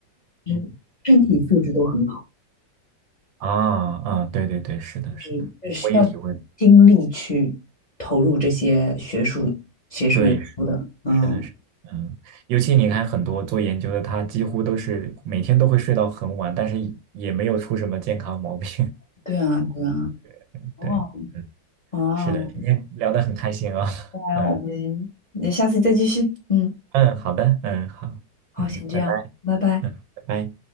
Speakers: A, on the left; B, on the right.
A: 就是身体素质都很好。
B: 嗯啊啊，对对对，是的，是的，
A: 是需要
B: 我我也体会，
A: 精力去投入这些学术学术研究的。
B: 对。
A: 嗯，
B: 真的是，嗯，尤其你看很多做研究的，他几乎都是每天都会睡到很晚，但是也没有出什么健康毛病。
A: 对啊，对啊。
B: <laughs>
A: 哦
B: 对，
A: 哦，
B: 是的，今天聊得很开心啊、
A: 那我们那下次再继续。
B: <laughs> 嗯
A: 嗯，
B: 嗯，好的，嗯，好，
A: 好，
B: 嗯，
A: 先这样，
B: 拜拜，
A: 拜拜。
B: 嗯，拜拜。